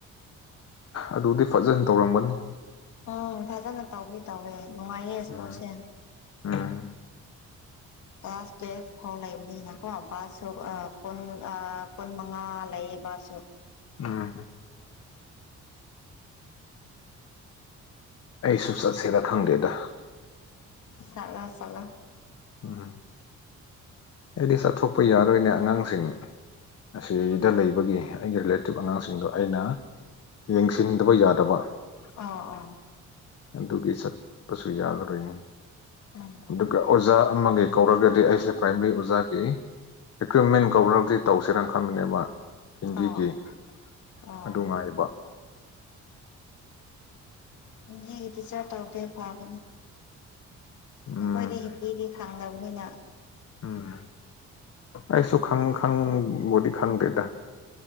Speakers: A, on the left; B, on the left.
A: ꯑꯗꯨꯗꯤ ꯐꯖꯟ ꯇꯧꯔꯝꯒꯅꯤ
B: ꯎꯝ ꯐꯖꯅ ꯇꯧꯋ ꯇꯧꯋꯦ ꯅꯨꯡꯉꯥꯏꯌꯦ ꯁ꯭ꯀꯨꯜꯁꯦ
A: ꯎꯝ ꯎꯝ
B: ꯀ꯭ꯂꯥꯁ ꯇꯨꯋꯦꯜꯐ ꯐꯥꯎ ꯂꯩꯕꯅꯤꯅ ꯀꯣ ꯁꯨ ꯀꯨꯟ ꯀꯨꯟ ꯃꯉꯥ ꯂꯩ ꯑꯦꯕꯥꯁꯨꯣ
A: ꯎꯝ ꯑꯩꯁꯨ ꯆꯠꯁꯦꯔ ꯈꯪꯗꯦꯗ
B: ꯆꯂꯣ ꯆꯂꯣ
A: ꯎꯝ ꯑꯩꯗꯤ ꯆꯠꯊꯣꯛꯄ ꯌꯥꯔꯣꯏꯅꯦ ꯑꯉꯥꯡꯁꯤꯡ ꯁꯤꯗ ꯂꯩꯕꯒꯤ ꯑꯩꯒꯤ ꯔꯤꯂꯦꯇꯤꯞ ꯑꯉꯥꯡꯁꯤꯡꯗꯣ ꯑꯩꯅ ꯌꯦꯡꯁꯤꯟꯗꯕ ꯌꯥꯗꯕ
B: ꯑ ꯑꯥ
A: ꯑꯗꯨꯒꯤ ꯆꯠꯄꯁꯨ ꯌꯥꯂꯣꯏꯅꯤ
B: ꯎꯝ
A: ꯑꯗꯨꯒ ꯑꯣꯖꯥ ꯑꯃꯒꯤ ꯀꯧꯔꯒꯗꯤ ꯑꯩꯁꯦ ꯄ꯭ꯔꯥꯏꯃꯔꯤ ꯑꯣꯖꯥꯒꯤ ꯏꯀ꯭ꯋꯤꯞꯃꯦꯟ ꯀꯧꯒꯗꯤ ꯇꯧꯁꯤꯦꯔꯅ ꯈꯟꯕꯅꯦꯕ ꯍꯤꯟꯗꯤꯒꯤ
B: ꯑꯣ ꯑꯣ
A: ꯑꯗꯨꯉꯥꯏꯕ
B: ꯍꯤꯟꯗꯤꯒꯤ ꯇꯤꯆꯔ ꯇꯧꯗꯦ ꯐꯕꯅꯤ
A: ꯎꯝ
B: ꯑꯩꯈꯣꯏꯗꯤ ꯍꯤꯟꯗꯤꯗꯤ ꯈꯪꯗꯕꯅꯤ ꯅ
A: ꯎꯝ ꯑꯩꯁꯨ ꯈꯪ ꯈꯪꯕꯗꯤ ꯈꯪꯗꯦꯗ